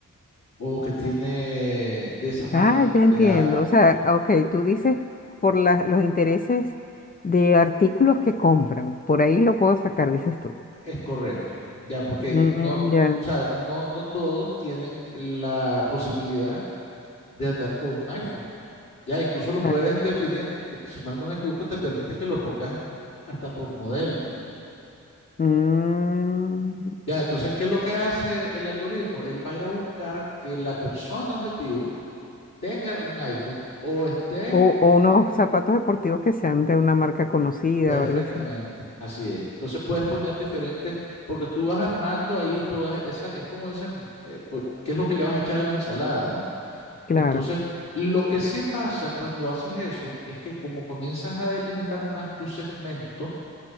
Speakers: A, on the left; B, on the left.
A: o que tiene de esa marca,
B: Ah, ya entiendo.
A: de Apple.
B: O sea, ok, tú dices por la- los intereses de artículos que compran. Por ahí lo puedo sacar, dices tú.
A: Es correcto, ya, porque
B: Mm,
A: no, n-
B: ya,
A: o sea, no, no todos tienen la posibilidad de andar con un iPhone. Ya incluso lo
B: claro.
A: puedes definir, que si mal no me equivoco, te permite que lo pongas hasta por modelo.
B: Mm,
A: Ya, entonces, ¿qué es lo que hace el algoritmo? Él va a ir a buscar que la persona objetivo tenga un iPhone o esté
B: o, o unos zapatos deportivos que sean de una marca conocida
A: perfectamente.
B: o algo así.
A: Así es. Entonces puedes poner diferentes, porque tú vas armando ahí toda esa, es como dicen, eh, pues, ¿qué es lo que le vas a echar a la ensalada, ¿no?
B: Claro.
A: Entonces, lo que sí pasa cuando haces eso es que como comienzas a delimitar más tu segmento,